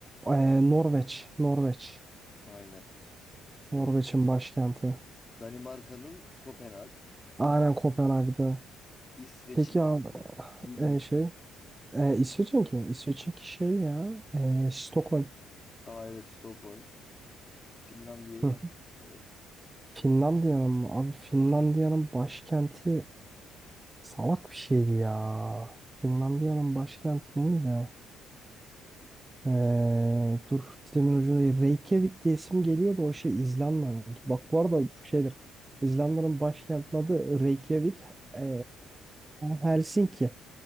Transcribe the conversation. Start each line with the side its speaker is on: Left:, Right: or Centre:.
Right: Ee, Norveç. Norveç.
Left: Aynen,
Right: Norveç'in
Left: doğru.
Right: başkenti.
Left: Danimarka'nın Kopenhag,
Right: Aynen Kopenhag'da.
Left: İsveç'in
Right: Peki abi
Left: bilmiyorum.
Right: e, şey E, İsveç'inki mi? İsveç'inki şey ya. E, Stockholm.
Left: Aa evet, Stockholm. Finlandiya'yı
Right: Hı.
Left: hiç bilmiyorum.
Right: Finlandiya'nın mı? Abi Finlandiya'nın başkenti salak bir şeydi ya. Finlandiya'nın başkenti neydi? E, dur dilimin ucunda değil. Reykjavik diye isim geliyordu o şey İzlanda'nınki. Bak bu arada şeydir. İzlanda'nın başkentinin adı Reykjavik. E, Helsinki.